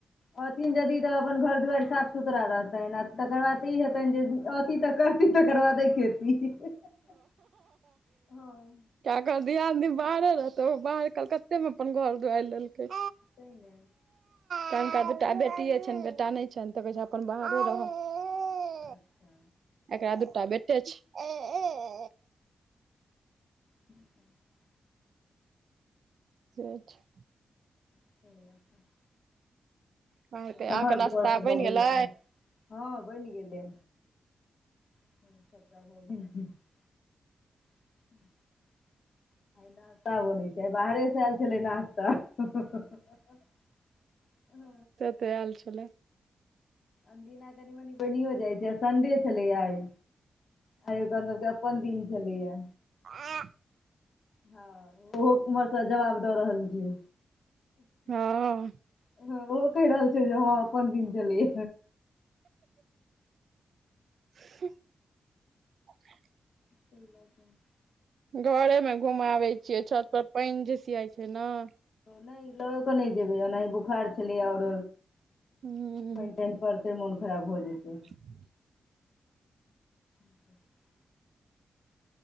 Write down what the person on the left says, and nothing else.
रहथिन यदि त अपन घर दुआरि साफ सुथरा रहतन आ तकर बाद ई हेतैन जे ओति त कर, केकर बादे खेती हं-हं।
<inaudible>
अच्छा।
<inaudible>
<inaudible>
नमहर
बौआ सब भऽ
तऽ हँ बइन गेलै। <inaudible> <inaudible> <unintelligible> बाहरेसँ ऐल छलै नाश्ता। हूं।
अन दिना कनियौ बनियो जाइ छै संन्डे छलैया आय। आय ओकर सबके अपन दिन छलैया।
हँ ओहो उमरसँ जवाब दऽ रहल छै!
ओहो कहय रहल छय जे हां अपन दिन छलय।
<inaudible>
नहि लक नहि जेबै ओहिना बुखार छलै और
पैन तैन। परतै मोन खराब भऽ जेतै।
<inaudible>